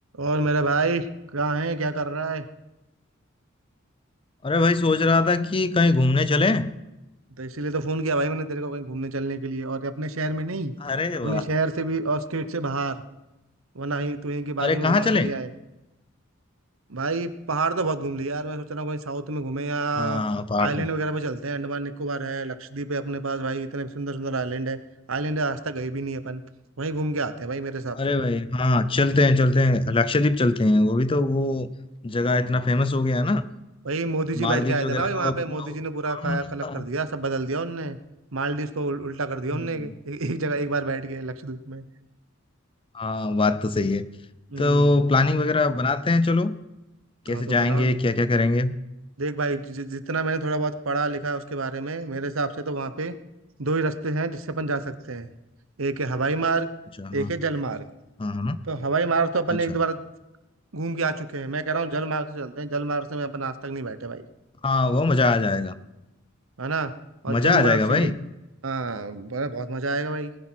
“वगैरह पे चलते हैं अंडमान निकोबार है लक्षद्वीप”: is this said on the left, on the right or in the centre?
Right